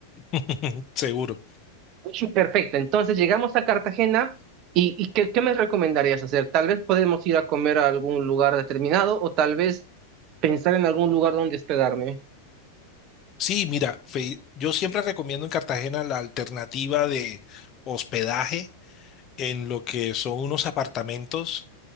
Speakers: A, on the left (about 35°); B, on the right (about 40°).
A: <laughs> Seguro.
B: <laughs> Perfecto, entonces llegamos a Cartagena y, y ¿qué, qué me recomendarías hacer? Tal vez podemos ir a comer a algún lugar determinado o tal vez pensar en algún lugar donde hospedarme.
A: Sí, mira, fe- yo siempre recomiendo en Cartagena la alternativa de hospedaje en lo que son unos apartamentos